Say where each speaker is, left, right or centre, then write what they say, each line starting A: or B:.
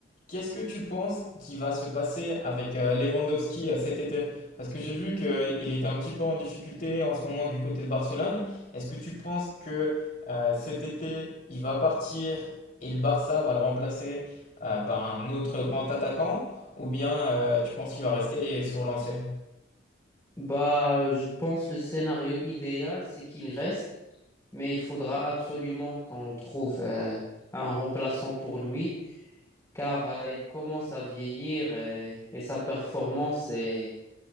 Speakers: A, on the left; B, on the left.
A: Qu'est-ce que tu penses qui va se passer avec euh, Lewandowski euh, cet été? Parce que j'ai vu qu'il était un petit peu en difficulté en ce moment du côté de Barcelone. Est-ce que tu penses que euh, cet été, il va partir et le Barça va le remplacer euh, par un autre grand attaquant? Ou bien euh, tu penses qu'il va rester et se relancer?
B: Bah, je pense le scénario idéal, c'est qu'il reste, mais il faudra absolument qu'on trouve euh, un remplaçant pour lui, car euh, il commence à vieillir et, et sa performance est